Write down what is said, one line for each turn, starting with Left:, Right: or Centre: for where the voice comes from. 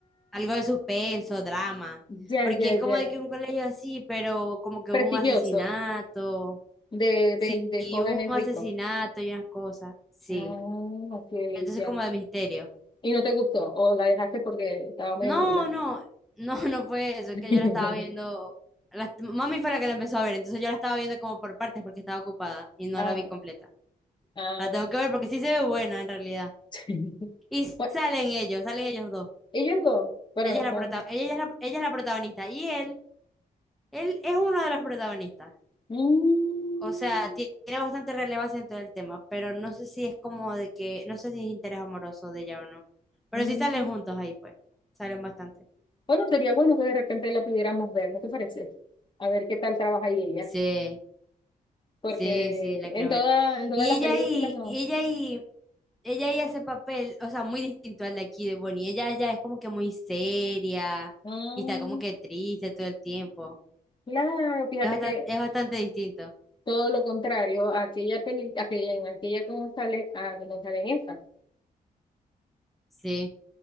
Centre: algo de suspenso, drama.
Left: ya,
Centre: Porque
Left: ya,
Centre: es como
Left: ya.
Centre: de que un colegio así, pero como que
Left: Prestigioso,
Centre: hubo un asesinato.
Left: de,
Centre: Sí,
Left: de, de
Centre: y
Left: jóvenes
Centre: hubo un
Left: ricos.
Centre: asesinato y unas cosas, sí.
Left: Ah, ok,
Centre: Entonces
Left: ya.
Centre: como de misterio.
Left: y no te gustó, o la dejaste porque estaba muy
Centre: No,
Left: aburrida.
Centre: no, no, <laughs> no fue eso, es
Left: <laughs>
Centre: que yo la estaba viendo, la- mami fue la que la empezó a ver, entonces yo la estaba viendo como por partes porque estaba ocupada y no
Left: Ah,
Centre: la vi completa.
Left: ah.
Centre: La tengo que ver porque sí se ve buena en realidad.
Left: <laughs>
Centre: Y
Left: Bueno,
Centre: salen ellos, salen ellos dos.
Left: ellos dos, pero
Centre: Ella
Left: no
Centre: es la
Left: son.
Centre: prota- ella es la, ella es la protagonista y él, él es uno de los protagonistas.
Left: Mm,
Centre: O sea, ti- tiene bastante relevancia en todo el tema, pero no sé si es como de que, no sé si es interés amoroso de ella o no. Pero
Left: mm.
Centre: sí salen juntos ahí, pues. Salen bastante.
Left: Bueno, sería bueno que de repente la pudiéramos ver, ¿no te parece? A ver qué tal trabaja ahí ella,
Centre: Sí,
Left: porque
Centre: sí, sí, la quiero
Left: en toda,
Centre: ver.
Left: en todas
Centre: Y
Left: las
Centre: ella
Left: películas
Centre: ahí,
Left: no.
Centre: y ella ahí, ella ahí hace papel, o sea, muy distinto al de aquí de Bonnie. Ella ya es como que muy seria
Left: Mm,
Centre: y está como que triste todo el tiempo.
Left: claro, fíjate
Centre: Es bastante,
Left: que
Centre: es bastante distinto.
Left: todo lo contrario a aquella peli, aquella en aquella como sale, a como sale en esta.
Centre: Sí,